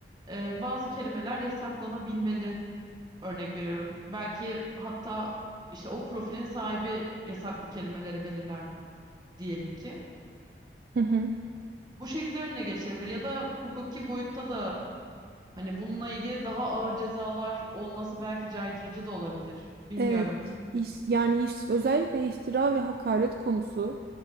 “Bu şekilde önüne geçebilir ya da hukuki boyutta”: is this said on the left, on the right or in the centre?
Right